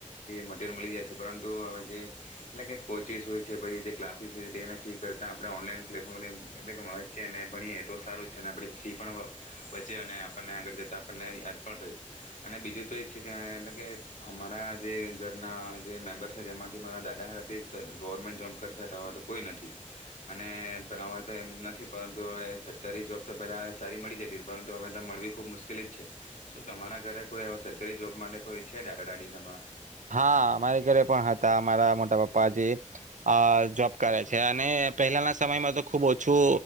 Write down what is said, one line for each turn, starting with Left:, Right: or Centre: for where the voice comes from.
Left: મરયલ મળી જાય છે પરંતુવેટલે <unintelligible> ચીઝ હોય છે પછી જે ક્લાસીસ હોય છે તે એને ફી કરતાં આપણે ઓનલાઈન પ્લેટફોર્મ એટલે કે વચે અને ભણીએ એટલું સારું છે અને આપણી ફી પણ, બચે અને આપણને આગળ જતાં આપણને યાદ પણ રહે, અને બીજું તો એ જ છે કે એટલે કે અમારા જે ઘરના જે મેમ્બર છે તેમાંથી મારા દાદાથી ગવર્મેન્ટ જોબ કરતા હતા હવે તો કોઈ નથી, અને હવે તો એમ નથી પરંતુ હવે સરકારી જોબ તો પેલા સારી મળી જતી પરંતુ હવે મળવી ખુબ મુશ્કેલી જ છે, શું તમારા ઘરે કોઈ સરકારી જોબ માટે કોઈ છે દાદા દાડી તમારા?
Right: હા મારે ઘરે પણ હતા મારા મોટા પપ્પાજી, અ જોબ કરે છે અને પહેલાના સમયમાં તો ખુબ ઓછું